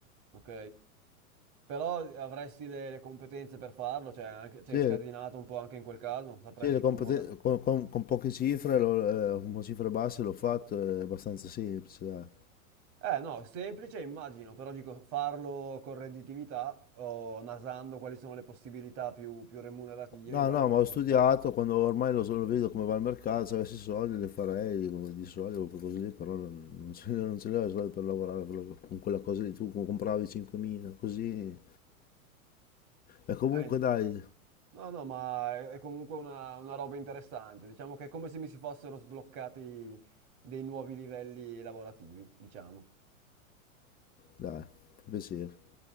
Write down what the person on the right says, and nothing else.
Ok. Però avresti le, le competenze per farlo, cioè anche, sei
scasinato un po' anche in quel caso, sapresti
come muoverti.
Eh no, semplice immagino, però dico farlo con redditività o nasando quali sono le possibilità più, più remunerative,
immagino
che
non
sia...
Eh,
no, no, ma è, è comunque una, una roba interessante, diciamo che è come se mi si fossero sbloccati dei nuovi livelli lavorativi, diciamo.